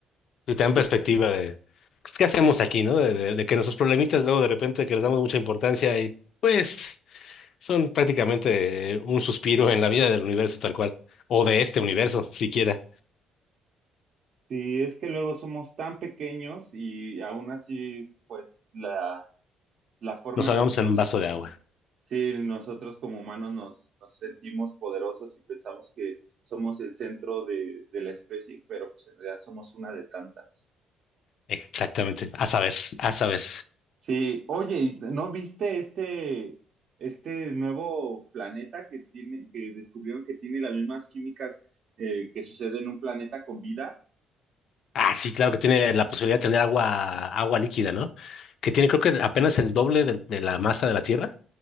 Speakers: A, on the left (about 60°); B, on the right (about 55°).
A: Y también perspectiva de pues, qué hacemos aquí, ¿no? De, de- de que nuestros problemitas luego de repente que les damos mucha importancia y pues son prácticamente un suspiro en la vida del universo tal cual, o de este universo <laughs> siquiera.
B: Sí, es que luego somos tan pequeños y aún así pues la la forma
A: Nos
B: en
A: ahogamos
B: la que nos
A: en un vaso de agua.
B: Sí, nosotros como humanos nos, nos sentimos poderosos y pensamos que somos el centro de, de la especie, pero pues en realidad somos una de tantas.
A: Exactamente. A saber, a saber.
B: Sí, oye, ¿y ¿no viste este, este nuevo planeta que tiene, que descubrieron que tiene las mismas químicas eh, que sucede en un planeta con vida?
A: Ah, sí, claro que tiene la posibilidad de tener agua, agua líquida, ¿no? Que tiene creo que apenas el doble de, de la masa de la Tierra,